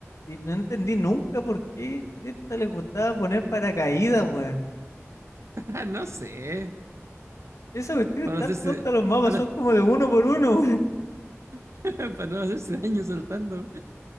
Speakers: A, on the left (about 80°); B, on the right (about 65°).
A: y no entendí nunca por qué Cresta les gustaba poner paracaídas, weón.
B: Ah, no sé,
A: Esa cuestión
B: para
A: es tan
B: hacerse,
A: tonta, los mapas
B: para,
A: son como de uno por uno.
B: <laughs> para no hacerse daño saltando.